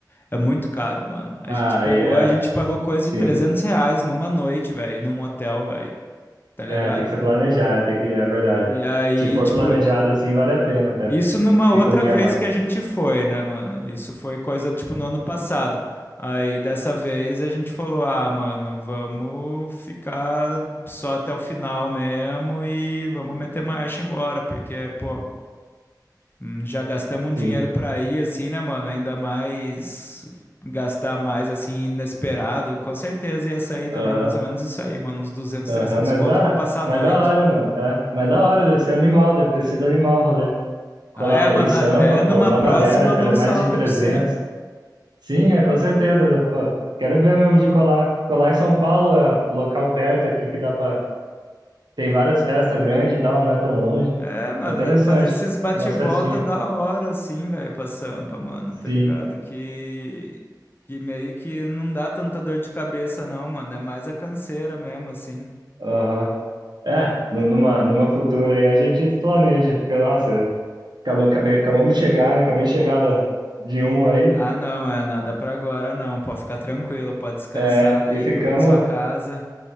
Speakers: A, on the left; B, on the right.
A: é muito caro, mano. A
B: Ah,
A: gente pegou,
B: aí, é,
A: a gente pagou coisa
B: sim.
A: de 300 reais numa noite, velho, num hotel, velho, tá ligado?
B: É, tem que ser planejar, é, tem que, é verdade.
A: E aí,
B: Se for
A: tipo,
B: planejado assim, vale a pena até.
A: Isso numa
B: Fica
A: outra
B: um dia
A: vez
B: a mais.
A: que a gente foi, né, mano? Isso foi coisa tipo no ano passado. Aí dessa vez a gente falou: ah, mano, vamos ficar só até o final mesmo e vamos meter marcha e embora, porque, pô, hum, já gastamos um dinheiro
B: Sim.
A: pra ir, assim, né, mano? Ainda mais gastar mais, assim, inesperado. Com certeza ia sair também
B: Aham,
A: mais ou menos isso aí, mano, uns 200,
B: aham,
A: 300
B: mas
A: conto
B: dá.
A: pra passar a
B: Mas
A: noite.
B: da hora, mano. É, mas da hora, deve ser animal, deve ter sido animal o rolê. Colar
A: Ah, é, mano,
B: em Sampa,
A: até
B: pô,
A: numa
B: uma
A: próxima
B: galera,
A: eu
B: tre-
A: dou um
B: mais
A: salve
B: de trezentos
A: pra você.
B: Sim, é, com certeza. né? Pô, quero ver mesmo de colar. Colar em São Paulo é um local perto aqui que dá pra. Tem várias festas grandes e tal, não é tão longe.
A: É, mano,
B: É interessante.
A: dá pra fazer esses bate-volta
B: Umas festinhas.
A: da hora, assim, velho, pra Sampa, mano, tá
B: Sim.
A: ligado? Que, que meio que não dá tanta dor de cabeça, não, mano. É mais a canseira mesmo, assim.
B: Aham. É, nu- numa, numa futura aí a gente se planeja. Que, nossa, acabou, acabei, acabamos de chegar, né? Acabei de chegar da- de um aí.
A: Ah, não, é nada pra agora, não. Pode ficar tranquilo, pode descansar
B: É, e
A: aí,
B: ficamos.
A: curte sua casa.